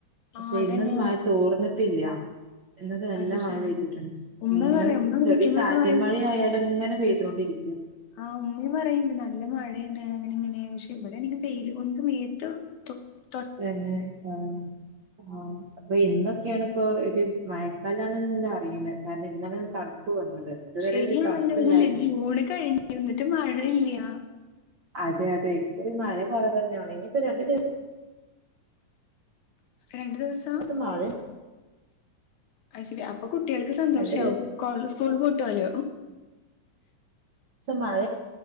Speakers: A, on the right; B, on the left.
A: പക്ഷെ
B: ആ അതന്നെ
A: ഇന്നലെ മഴ തോർന്നട്ടില്ല ഇന്നൊക്കെ നല്ല
B: അത്
A: മഴ
B: ശരി
A: പെപ്തിട്ടിണ്ട്
B: ഉമ്മ
A: ഇങ്ങനെ
B: പറയും ഉമ്മ വിളിക്കുമ്പോഴൊക്കെ
A: ചെറിയ ചാറ്റൽ
B: പറയും
A: മഴ ആയാലും ഇങ്ങനെ പെയ്തോണ്ടിരിക്കും
B: ആഹ് ഉമ്മയും പറയണെണ്ട് നല്ല മഴയാണ് അങ്ങനെങ്ങനെ പക്ഷെ ഇവിടെ വെയില് കൊണ്ട് വേത്ത് ത്തൊ
A: തന്നെ ആഹ് ആഹ് അപ്പൊ ഇന്നൊക്കെയാണ് ഇപ്പൊ ഒരു മഴക്കാലാണ്ന്നിള്ള അറിയണെ കാരണം ഇന്നാണൊരു തണുപ്പ് വന്നത് ഇതുവരെ
B: ശരിയാണല്ലോ
A: ഒരു തണുപ്പില്ലായിരുന്നു
B: <unintelligible> ജൂണ് കഴിഞ്ഞു എന്നിട്ടും മഴ ഇല്ല്യ
A: അതെ അതെ ഇപ്പഴും മഴ കൊറവ് തന്നെയാണ് ഇനിയിപ്പൊ രണ്ടു ദി
B: രണ്ട് ദിവസാ
A: <unintelligible>
B: അത് ശരി അപ്പൊ കുട്ടികൾക്ക് സന്തോഷാവും
A: രണ്ടു
B: കോൾ സ്കൂള് പൂട്ടുവല്ലോ
A: മഴ